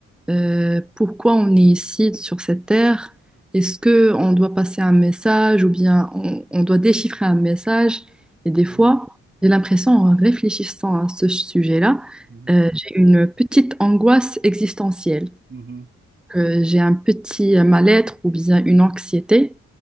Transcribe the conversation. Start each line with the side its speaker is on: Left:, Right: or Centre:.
Centre: euh, pourquoi on est ici sur cette terre. Est-ce que on doit passer un message ou bien on, on doit déchiffrer un message? Et des
Right: mhm,
Centre: fois, j'ai l'impression, en réfléchissant à ce sujet-là,
Right: mhm,
Centre: euh, j'ai une petite angoisse existentielle
Right: mhm,
Centre: que j'ai un petit mal-être ou bien une anxiété.